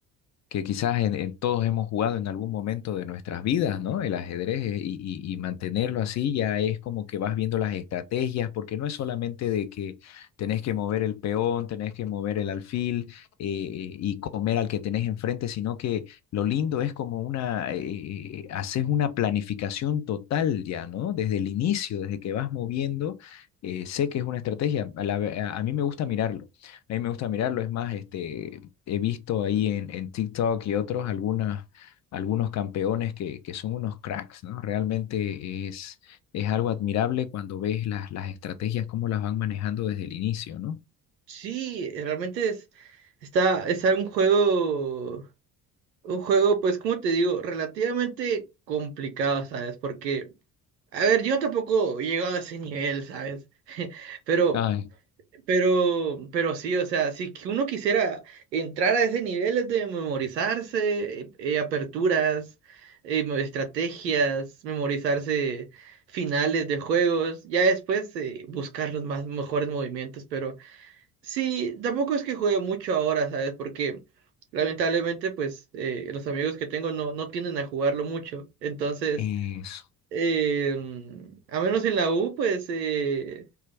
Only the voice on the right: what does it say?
Sí, realmente es, está, es un juego, un juego, pues, como te digo, relativamente complicado, ¿sabes? Porque, a ver, yo tampoco he llegado a ese nivel, ¿sabes? <laughs> Pero
Pero, pero sí, o sea, si que uno quisiera entrar a ese nivel de memorizarse, eh, eh, aperturas, eh, me- estrategias, memorizarse finales de juegos, ya después eh, buscar los más mejores movimientos, pero sí, tampoco es que juegue mucho ahora, ¿sabes? Porque lamentablemente, pues, eh, los amigos que tengo no, no tienden a jugarlo mucho, entonces,
eh, a menos en la U, pues... eh,